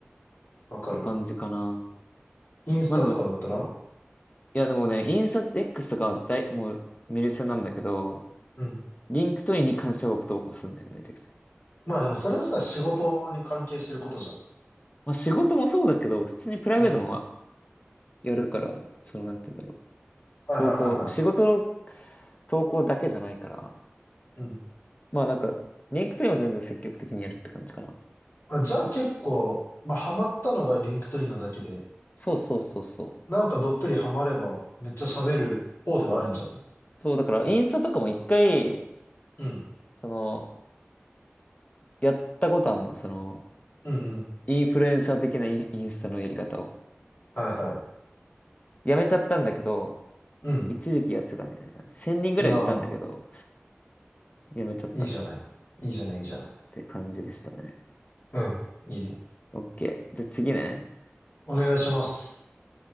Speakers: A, on the left (about 55°); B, on the left (about 30°).
A: わかるわ。
B: て感じかな。
A: インスタとかだったら
B: まあでも、いやでもね、インスタ X とかは大、もう見る専なんだけど、
A: うん。
B: リンクトインに関しては僕投稿するんだよね、めちゃくちゃ。
A: まあでもそれはさ、仕事に関係してることじゃん。
B: まあ仕事もそうだけど、普通にプライベートも
A: うん。
B: やるから、その、なんて言うんだろう。
A: はいはいはいは
B: 投稿、仕事の投稿だけじゃないから、
A: い。うん。
B: まあなんか、リンクトインは全然積極的にやるって感じかな。
A: あじゃあ結構、まあ、ハマったのがリンクトインなだけで、
B: そうそうそうそう。
A: なんかどっぷりハマれば、めっちゃ喋る方ではあるんじゃない
B: そう、だからインスタとかも一回、
A: うん。
B: その、やったことあんの、その、
A: うんうん。
B: インフルエンサー的なイン、インスタのやり方を。
A: はいはい。
B: やめちゃったんだけど、
A: うん。
B: 一時期やってたみたいな感じ。1000人ぐらい行ったんだけど、
A: な
B: やめちゃったね。
A: あ、いいじゃない。いいじゃない、いいじゃない。
B: って感じでしたね。
A: うん。いいね。
B: OK。じゃあ次ね。
A: お願いします。